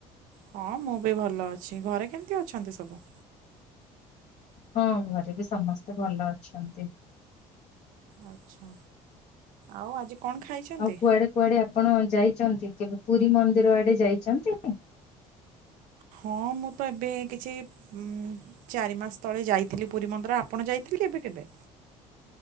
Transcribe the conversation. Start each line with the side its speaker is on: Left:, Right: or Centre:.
Right: ହଁ ମୁଁ ବି ଭଲ ଅଛି ଘରେ କେମତି ଅଛନ୍ତି ସବୁ?
Left: ହଁ ଘରେ ବି ସମସ୍ତେ ଭଲ ଅଛନ୍ତି।
Right: ଆଚ୍ଛା ଆଉ ଆଜି କଣ ଖାଇଛନ୍ତି?
Left: ଆଉ କୁଆଡେ କୁଆଡେ ଆପଣ ଯାଇଛନ୍ତି କେବେ ପୁରୀ ମନ୍ଦିର ଆଡେ ଯାଇଛନ୍ତି?
Right: ହଁ ମୁଁ ତ ଏବେ କିଛି ଉ ଚାରି ମାସ ତଳେ ଯାଇଥିଲି ପୁରୀ ମନ୍ଦିର। ଆପଣ ଯାଇଥିଲି କେବେ କେବେ?